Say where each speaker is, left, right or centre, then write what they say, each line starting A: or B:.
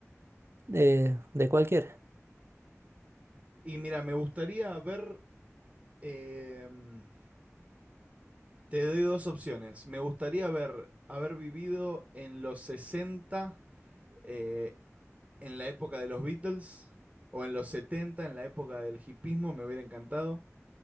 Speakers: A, on the right (about 50°); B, on the right (about 25°).
A: De, de cualquier.
B: Y mira, me gustaría ver em, Te doy dos opciones. Me gustaría haber, haber vivido en los 60, eh, en la época de los Beatles, o en los 70, en la época del hipismo, me hubiera encantado.